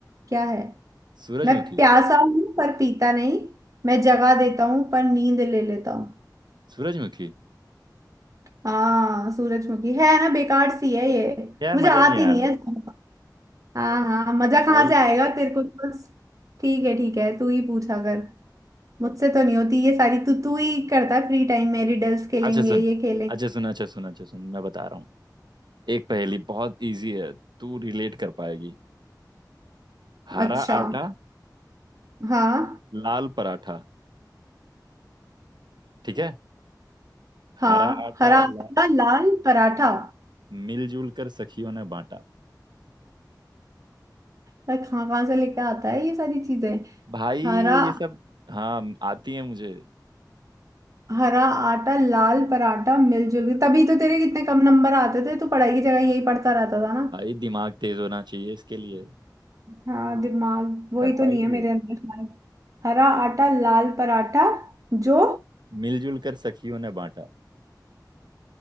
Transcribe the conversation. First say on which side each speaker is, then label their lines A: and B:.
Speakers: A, on the right; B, on the right.
A: क्या है
B: सूरजमुखी
A: मैं प्यासा हूँ पर पीता नहीं मैं जगा देता हूँ पर नींद ले लेता हूँ
B: सूरजमुखी
A: हाँ सूरजमुखी है ना बेकार सी है ये
B: यार
A: मुझे
B: मजा
A: आती
B: नहीं आया
A: नहीं है ज्यादा। हाँ हाँ मजा कहाँ
B: भाई
A: से आएगा तेरे को तो बस ठीक है ठीक है तू ही पूछा कर मुझसे तो नहीं होती ये सारी तू तू ही करता है फ्री टाइम में रिडल्स खेलेंगे
B: अच्छा सुन
A: ये खेलेंगे
B: अच्छा सुन अच्छा सुन अच्छा सुन मैं बता रहा हूँ एक पहेली बहुत इजी है तू रिलेट कर पाएगी हरा
A: अच्छा
B: आटा
A: हाँ
B: लाल पराठा ठीक है
A: हाँ
B: हरा आटा
A: हरा आटा
B: ला...
A: लाल पराठा
B: मिलजुल कर सखियों ने बांटा
A: पर कहाँ कहाँ से लेके आता है ये सारी चीजें
B: भाई
A: हरा
B: ये सब हाँ आती है मुझे
A: हरा आटा लाल पराठा मिलजुल के तभी तो तेरे कितने कम नंबर आते थे तो पढ़ाई की जगह यही पढ़ता रहता था ना
B: भाई दिमाग तेज होना चाहिए इसके लिए
A: हाँ दिमाग वही
B: कर
A: तो
B: पाएगी
A: नहीं है मेरे
B: तू
A: अंदर शायद हरा आटा लाल पराठा जो
B: मिलजुल कर सखियों ने बांटा